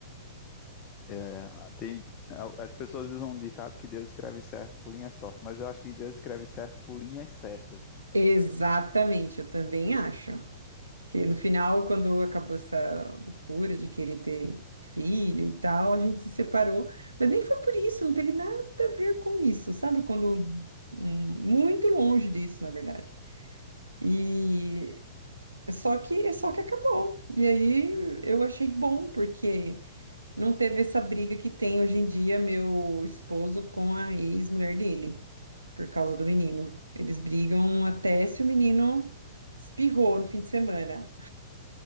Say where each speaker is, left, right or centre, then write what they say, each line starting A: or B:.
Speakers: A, on the left; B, on the right.
A: É, tem, as pessoas usam um ditado que Deus escreve certo por linhas tortas, mas eu acho que Deus escreve certo por linhas certas.
B: Exatamente, eu também acho. Que no final, quando acabou essa loucura de querer ter filho e tal, a gente se separou. Mas nem foi por isso, não teve nada a ver com isso, sabe? Quando. hum, Muito longe disso, na verdade. E É Só que, é só que acabou. E aí eu achei bom, porque não teve essa briga que tem hoje em dia meu esposo com a ex-mulher dele, por causa do menino. Eles brigam até se o menino espirrou no fim de semana.